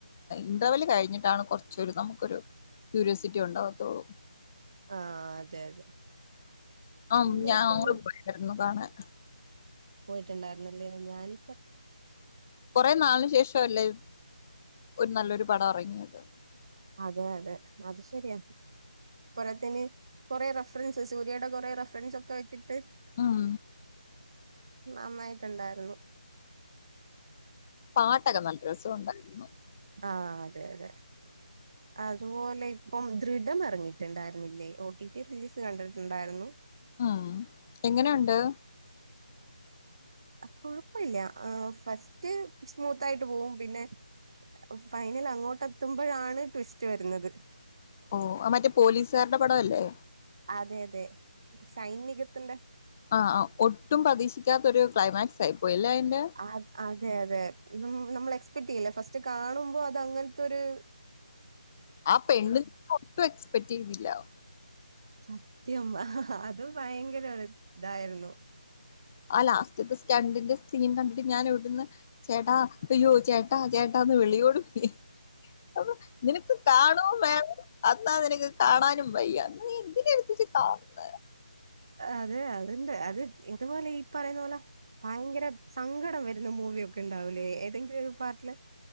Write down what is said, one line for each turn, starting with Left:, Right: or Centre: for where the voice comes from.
Left: ഇന്റർവൽ കഴിഞ്ഞിട്ടാണ് കുറച്ച് ച്ച് നമുക്കൊരു ക്യൂരിോസിറ്റി ഉണ്ടാകത്തുള്ളൂ
Right: ആഹ അതെ അതെ
Left: ആ
Right: പിന്നെ
Left: ഞാൻ
Right: ഇപ്പന്ന്
Left: അങ്ങടെ പോയിായിരുന്നു കാണൻ
Right: പോയിട്ടുണ്ടായിരുന്നല്ലേ ഞാാന്
Left: കൊറെ നാളിന് ശേഷം അല്ലേ ഒരു നല്ലൊരു പടം ഇറങ്ങിയത്
Right: അതെ അതെ അത് ശരിയാ പോരാത്തിന് കുറേ റഫറൻസ് സൂര്യയുടെ കുറേ റഫറൻസ് ഒക്കെ വെച്ചിട്ട്
Left: ഉം
Right: നന്നായിട്ടുണ്ടായിരുന്നു
Left: പാട്ടൊകെ നല്ല രസം ഉണ്ടായിരുന്നു
Right: ആഹ അതെ അതെ
Left: <inaudible>
Right: അതുപോലെ ഇപ്പം ദൃഢം ഇറങ്ങിയിട്ടുണ്ടായിരുന്നില്ലേ ഓ ടി ടി റിലീസ് കണ്ടിട്ടുണ്ടായിരുന്നു
Left: ഉം എങ്ങനെയുണ്ട്
Right: കൊഴപ്പില്ല ഫസ്റ്റ് സ്മൂത്ത് ആയിട്ട് പോവും പിന്നെ ഫൈനൽ അങ്ങോട്ടെത്തുമ്പോഴാണ് ട്വിസ്റ്റ് വരുന്നത്
Left: ഓ അ മറ്റേ പോലീസുകാരുടെ പടവല്ലേ
Right: അതെ അതെ ശൈനികത്തിന്റെ
Left: ആഹ ഒട്ടും പ്രതീക്ഷിക്കാത്തൊരു ക്ലൈമാക്സ് ആയിപ്പോയില്ലേ അതിൻറെ
Right: ആഹ അതെ അതെ നമ്മൾ എക്സ്പെക്ട് ചെയ്ല്ല ഫസ്റ്റ് കാണുമ്പോ അത് അങ്ങനത്തെൊരു
Left: ആ പെണ്ണ്ന് ഒട്ടും എക്സ്പെക്ട് ചെയ്തില്ല
Right: സത്യം അത് ഭയങ്കര ഇതായിരുന്നു
Left: ആ ലാസ്റ്റത്തെ സ്റ്റണ്ടിന്റെ സീൻ കണ്ടിട്ട് ഞാൻ ഇവിടുന്ന് ചേട്ടാ അയ്യോ ചേട്ടാ ചേട്ടാ ന്ന് വിളിയോട് വിളി അപ്പൊ നിനക്ക് കാണോം വേണം അന്നാ നിനക്ക് കാണാനും വയ്യ അന്ന് എന്തിന എടുത്തച്ച് കാണുന്നത്
Right: അതെ അത്ണ്ട് അത് ഇതുപോലെ ഈ പറയുന്ന പോലെ ഭയങ്കര സങ്കടം വരുന്ന മൂവിയൊക്കെ ഉണ്ടാവൂലേ ഏതെങ്കിലും ഒരു പാർട്ടില്